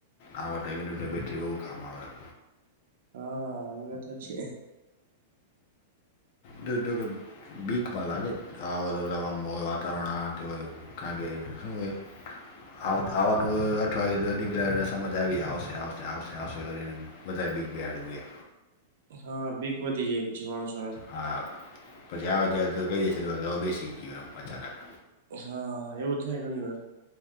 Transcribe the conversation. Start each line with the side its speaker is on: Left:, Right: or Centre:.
Left: આવા ટાઈમની જોટ બેટરી બહુ કામ આવે.
Right: હા એ તો છે.
Left: દદગ. બીક પણ લાગે આ હો તોલ હોય વાતાવરણ તે હોય. કાગે હુંવે. આવવાનું અઠવાડિય દદી પેલાને સમજ આવી આવશે આવશે આવશે આવશે કરીને. વધધારે બીક બ બેહારવીએ.
Right: હા બીક વધી જાય પછી માણસો ને.
Left: હા તોજાર હજાર દૂર કરી જાય છે બેસીીખ જએ અચાનક.
Right: હા એવું થાય ઘણી વાર.